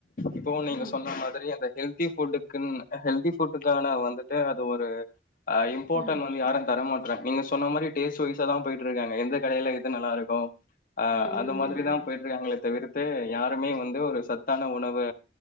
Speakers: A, on the left (about 50°); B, on the left (about 20°).
A: இப்போ நீங்க
B: ம்
A: சொன்ன மாதிரி அந்த ஹெல்தி ஃபுட்டுக்குன்னு அ ஹெல்தி ஃபுட்டுக்கான வந்துட்டு அது ஒரு இம்பார்ட்டன்
B: ம்
A: வந்து யாரும் தரமா ட்ராங்க நீங்க சொன்ன மாதிரி டேஸ்ட் வைசாதான் போயிட்ருக்காங்க எந்த கடையில எது நல்லாருக்கும் அ
B: ம் ம்
A: அந்த மாதிரி
B: ம் ஆமா
A: தான் போயிட்ருக்காங்களே தவிர்த்து யாருமே வந்து ஒரு சத்தான உணவு